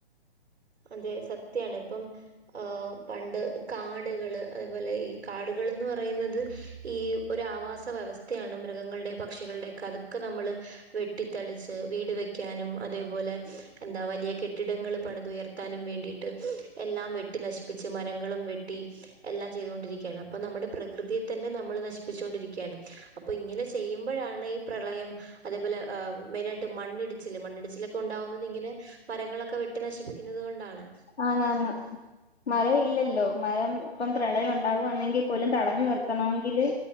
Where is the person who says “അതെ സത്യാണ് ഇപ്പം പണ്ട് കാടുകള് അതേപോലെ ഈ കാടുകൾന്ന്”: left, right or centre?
Right